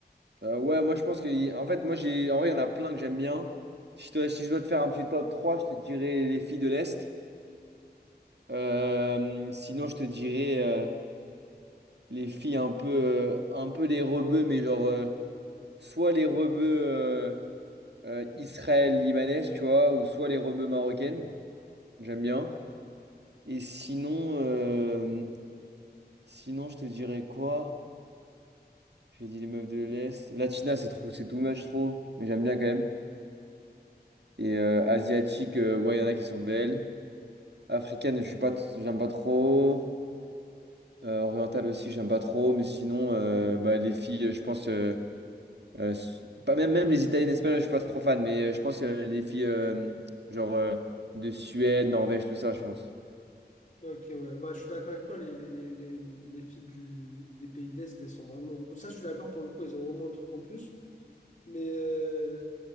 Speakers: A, on the right (about 85°); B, on the left (about 45°).
A: Euh, ouais, moi je pense que. En fait, moi j'ai. En vrai, il y en a plein que j'aime bien. Si je, dois- si je dois te faire un petit top trois je te dirais les filles de l'Est. Euh, sinon, je te dirais euh, les filles un peu, euh, un peu les rebeux, mais genre euh, soit les rebeux euh, euh, israël-libanaises, tu vois, ou soit les rebeux marocaines. J'aime bien. Et sinon, euh, sinon, je te dirais quoi? J'ai dit les meufs de l'Est. Latina, c'est trop, c'est too much trop, mais j'aime bien quand même. Et euh, asiatique, euh, ouais, il y en a qui sont belles. Africaine, je suis pas, t- j'aime pas trop. Euh, orientale aussi, j'aime pas trop. Mais sinon, euh, bah, les filles, je pense, euh, euh, s- pas même, même les italiennes, espagnoles, je suis pas trop fan. Mais euh, je pense que les filles, euh, genre euh, de Suède, Norvège, tout ça, je pense.
B: Ok, ouais. Bah, je suis d'accord avec toi. Les, les, les, les, les filles du, des pays de l'Est, elles sont vraiment. Ça, je suis d'accord pour le coup, elles ont vraiment un truc en plus. Mais euh,